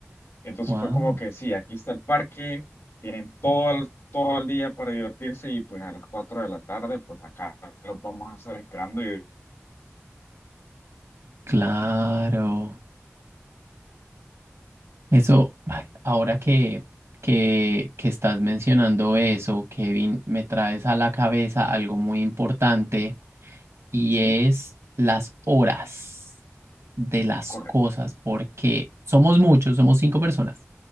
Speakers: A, on the left; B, on the right.
A: Entonces
B: Wow.
A: fue como que sí, aquí está el parque, tienen todo el, todo el día para divertirse y pues a las 4 de la tarde, pues acá los vamos a estar esperando y
B: Claro. Eso, ay, ahora que, que, que estás mencionando eso, Kevin, me traes a la cabeza algo muy importante y
A: sí,
B: es las horas de las
A: correcto.
B: cosas, porque somos muchos, somos cinco personas.